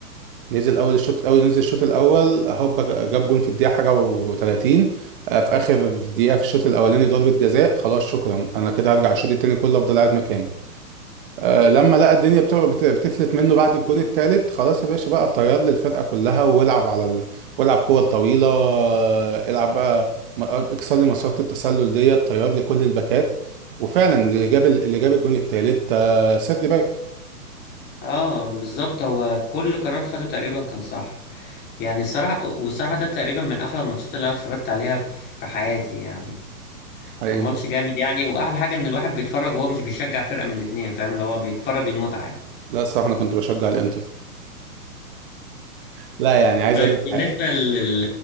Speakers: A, on the right; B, on the left.
A: نزل اول الشوط اول نزل الشوط الاول هوبا جاب جون في الدقيقه حاجه و30 في اخر دقيقه في الشوط الاولاني ضربه جزاء خلاص شكرا انا كده هرجع الشوط التاني كله افضل قاعد مكاني آه لما لقى الدنيا بت- بت- بتفلت منه بعد الجون التالت خلاص يا باشا بقى طير لي الفرقه كلها والعب على ال... والعب كور طويله آه، العب بقى م- اكسر لي مسارات التسلل ديت طير لي كل الباكات وفعلا اللي جاب ال- اللي جاب الجون التالت آه سيرد باك
B: اه بالظبط هو كل قرار خده تقريبا كان صح يعني الصراحة والصراحة ده تقريبا من أحلى الماتشات اللي أنا اتفرجت عليها في حياتي يعني
A: حقيقي
B: كان ماتش جامد يعني وأحلى حاجة إن الواحد بيتفرج وهو مش بيشجع فرقة من الاتنين فاهم اللي هو بيتفرج المتعة
A: لا الصراحه انا كنت بشجع الانتر لا يعني عايز
B: طيب
A: اقول لك
B: بالنسبة لل...